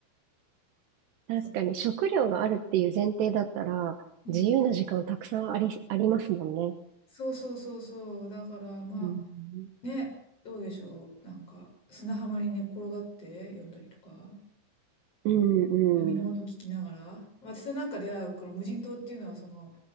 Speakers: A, on the left; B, on the right.
A: <laughs>
B: 確かに食料があるっていう前提だったら、
A: そう、うん。
B: 自由な時間たくさんあり、ありますもんね。
A: そうそうそうそう。だからまあね、
B: うん、
A: どうでしょう。なんか砂浜に寝っ転がって読んだりとか、
B: うんうん。
A: 波の音聞きながら。私なんかではこの無人島っていうのはその